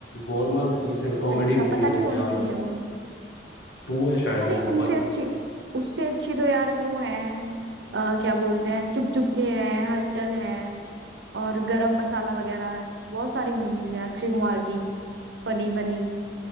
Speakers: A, on the left; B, on the right.
A: गोलमाल थ्री से कॉमेडी
B: अच्छा
A: मूवी
B: पता
A: अरे
B: नहीं कौन
A: क्या
B: सी
A: बात
B: है वो
A: टू है शायद
B: अरे
A: वो
B: उनसे
A: वन
B: अच्छी उससे अच्छी तो यार वो है आ, क्या बोलते हैं चुप चुप के है हलचल है और गरम मसाला वगैरह है बहुत सारी मूवीज है अक्षय कुमार की फनी फनी